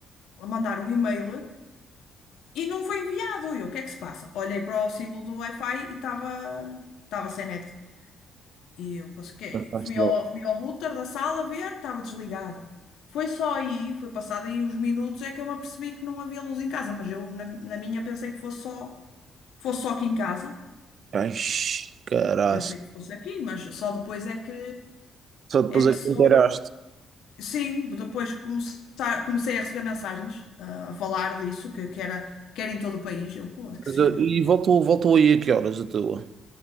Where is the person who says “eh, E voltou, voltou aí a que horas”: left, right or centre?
Right